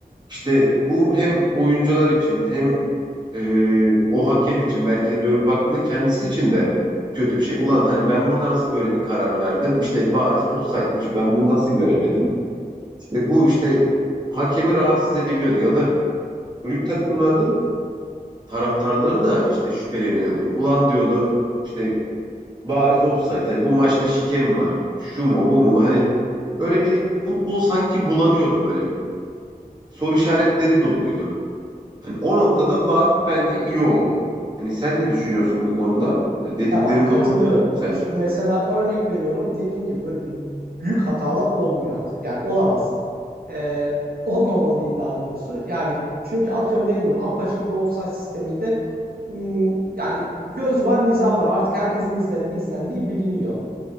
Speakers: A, on the right; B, on the right.
A: işte bu hem oyuncular için hem e, o hakem için belki de dönüp baktığında kendisi için de kötü bir şey. Ulan hani ben burada nasıl böyle bir karar verdim? İşte bariz ofsaytmış. Ben bunu nasıl göremedim? İşte bu işte hakemi rahatsız edebiliyordu. Ya da kulüp takımlarının taraftarları da işte şüpheleniyordu. Ulan diyordu işte bariz ofsayt. Hani bu maçta şikem var. Şu mu bu mu? Hani böyle bir futbol sanki bulanıyordu böyle. Soru işaretleri doluydu. Hani o noktada var bence iyi oldu. Hani sen ne düşünüyorsun bu konuda? Hani dediklerim
B: Ya bak katılıyorum.
A: doğru mu sence?
B: Şimdi mesela örnek veriyorum. Dediğin gibi böyle büyük hatalar olmuyor artık. Yani olamaz. Ee, olmamalı diyeyim daha doğrusu. Yani çünkü atıyorum dediğin gibi apaçık bir ofsayt sisteminde hmm, yani göz var nizam var. Artık herkesin izlen, izlendiği biliniyor.